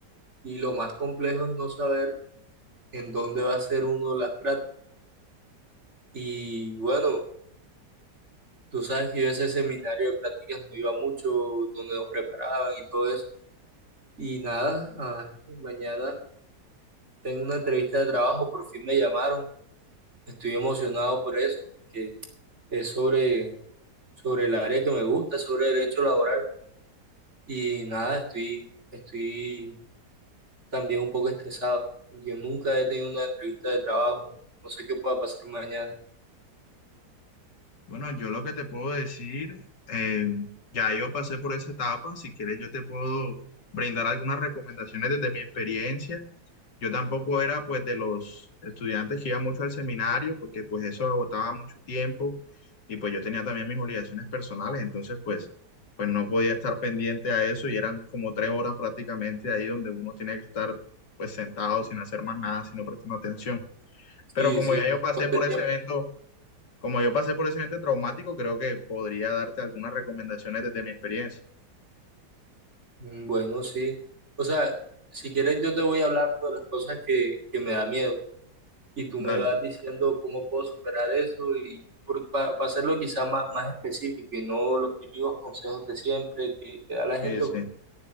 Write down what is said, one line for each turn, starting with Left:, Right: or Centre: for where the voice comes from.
Right: y lo más complejo es no saber en dónde va a ser uno las prácticas. Y bueno, tú sabes que yo a ese seminario de prácticas no iba mucho, donde nos preparaban y todo eso. Y nada, ah, mañana. Tengo una entrevista de trabajo, por fin me llamaron. Estoy emocionado por eso, porque es sobre, sobre el área que me gusta, sobre derecho laboral. Y nada, estoy, estoy también un poco estresado, porque yo nunca he tenido una entrevista de trabajo. No sé qué pueda pasar mañana.
Left: Bueno, yo lo que te puedo decir, eh, ya yo pasé por esa etapa. Si quieres, yo te puedo brindar algunas recomendaciones desde mi experiencia Yo tampoco era pues de los estudiantes que iban mucho al seminario porque pues eso agotaba mucho tiempo y pues yo tenía también mis obligaciones personales, entonces pues, pues no podía estar pendiente a eso y eran como tres horas prácticamente ahí donde uno tiene que estar pues sentado sin hacer más nada, sino prestando atención. Pero
Right: Sí,
Left: como
Right: sí,
Left: ya
Right: un
Left: yo
Right: montón
Left: pasé por
Right: de tiempo.
Left: ese evento, como yo pasé por ese evento traumático, creo que podría darte algunas recomendaciones desde mi experiencia.
Right: Mm, Bueno, sí. O sea, si quieres yo te voy hablando de las cosas que, que me da miedo. y tú
Left: Dale.
Right: me vas diciendo cómo puedo superar eso y para hacerlo quizá más, más específico y no los típicos consejos de siempre que, que da la
Left: Sí,
Right: gente,
Left: sí.
Right: porque